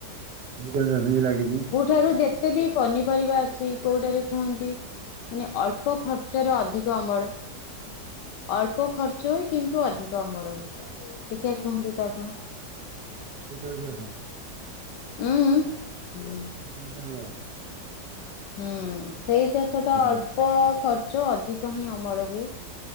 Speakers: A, on the right; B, on the left.
A: ବି ଦଶ ବି ଲାଗିଛି।
B: ଠାରୁ ଯେତେ ବି ପନିପରିବା ଅଛି କୋଉଟାରେ କୁହନ୍ତି ମାନେ ଅଳ୍ପ ଖର୍ଚ୍ଚରେ ଅଧିକ ଅମଳ। ଅଳ୍ପ ଖର୍ଚ୍ଚ ହୁଏ। କିନ୍ତୁ ଅଧିକ ଅମଳ ହୁଏ। ଦେଖିବାକୁ କୁହନ୍ତୁ ତ ଆପଣ?
A: ଆ
B: ଉଁ ଉଁ।
A: ମୁଇ <unintelligible>
B: ହୁଁ ସେଇ ଚାଷ ଟା ଅଳ୍ପ
A: ଅମଳ।
B: ଖର୍ଚ୍ଚ ଅଧିକ ହିଁ ଅମଳ ହୁଏ।